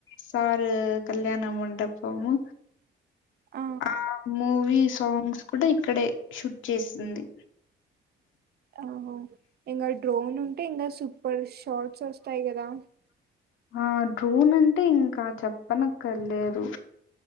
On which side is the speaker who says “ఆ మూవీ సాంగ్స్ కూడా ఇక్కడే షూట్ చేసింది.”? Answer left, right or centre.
Left